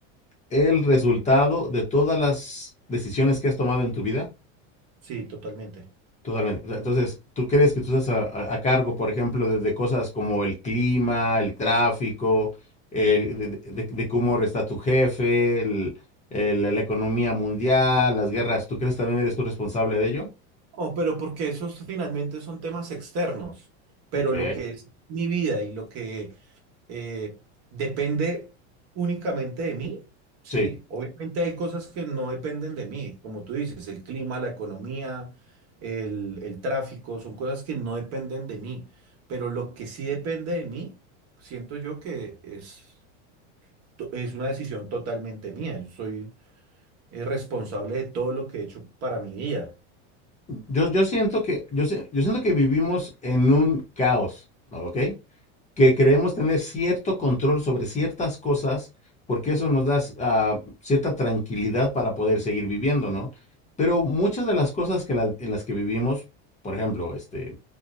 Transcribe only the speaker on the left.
el resultado de todas las decisiones que has tomado en tu vida?
Totalmente. O sea, Entonces, ¿tú crees que tú estás a, a- a cargo, por ejemplo, de, de cosas como el clima, el tráfico, eh, de, de- de- de cómo está tu jefe, el- el- la, la economía mundial, las guerras? ¿Tú crees que también eres tú responsable de ello?
Ok,
sí.
Yo, yo siento que, yo, si- yo siento que vivimos en un caos, ¿ok? que creemos tener cierto control sobre ciertas cosas, porque eso nos da ah, cierta tranquilidad para poder seguir viviendo, ¿no? Pero muchas de las cosas que la- en las que vivimos, por ejemplo, este,